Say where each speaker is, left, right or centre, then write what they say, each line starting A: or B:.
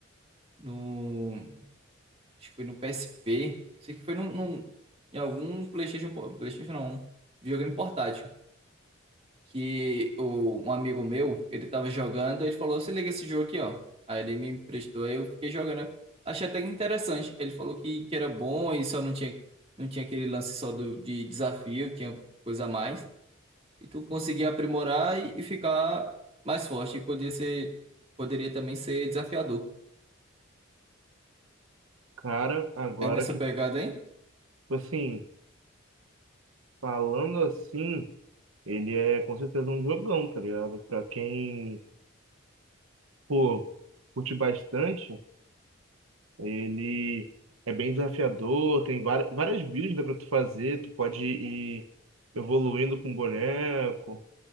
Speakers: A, on the right; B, on the right.
A: no Acho que foi no PSP. Sei que foi num, num- em algum PlayStation, po- PlayStation não, videogame portátil. Que o, um amigo meu, ele tava jogando, aí ele falou: "Você liga esse jogo aqui, ó. Aí ele me emprestou, aí eu fiquei jogando. Achei até interessante. Ele falou que, que era bom e só não tinha, não tinha aquele lance só do, de desafio, tinha coisa a mais. E tu conseguia aprimorar e, e ficar mais forte. E podia ser, poderia também ser desafiador.
B: Cara, agora
A: É nessa
B: que,
A: pegada,
B: tipo
A: hein?
B: assim, falando assim, ele é com certeza um jogão, tá ligado? Pra quem, pô, curte bastante, ele é bem desafiador, tem várias, várias builds dá pra tu fazer, tu pode ir evoluindo com o boneco,